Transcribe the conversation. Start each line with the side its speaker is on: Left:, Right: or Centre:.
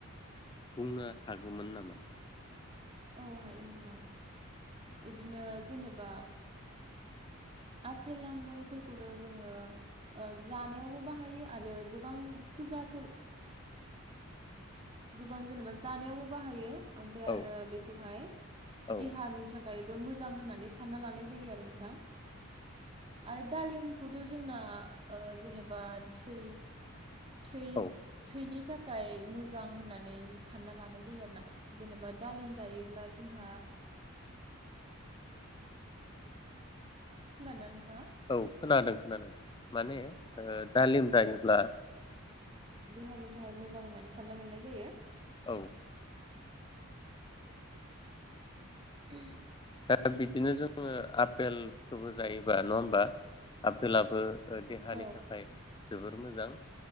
Left: बुंनो हागौमोन नामा
Right: औ हायो नोंथां बिदिनो जेनेबा आफेल आंगुरफोरखौथ' जोङो जानायावबो बाहायो आरो गोबां फुजाफोर गोबां जेनेबा जानायावबो बाहायो ओमफ्राय
Left: औ
Right: आरो बेखौहाय
Left: औ
Right: देहानि थाखाय मोजां होननानै सानना लानाय जायो आरो नोंथां आरो दालिमखौथ' जोंना ओ जेनेबा थै थै
Left: औ
Right: थैनि थाखाय थाखाय मोजां होननानै सानना लानाय जायो आरो ना जेनेबा दालिम जायोब्ला जोंहा खोनादों ना नो
Left: औ खोनादों खोनादों माने दालिम जायोब्ला
Right: देहानि थाखाय मोजां होननानै सानना लानाय जायो
Left: औ
Right: <inaudible>
Left: दा बि बिदिनो जोङो आफेल खौबो जायोबा नङा होमबा आपेलाबो देहानि
Right: औ
Left: थाखाय जोबोर मोजां